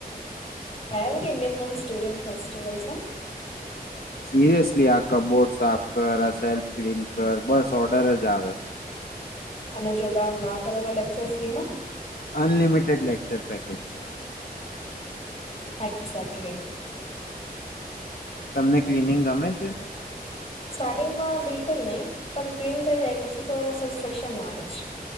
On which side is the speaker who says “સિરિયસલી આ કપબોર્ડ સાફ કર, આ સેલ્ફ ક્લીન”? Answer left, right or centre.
Left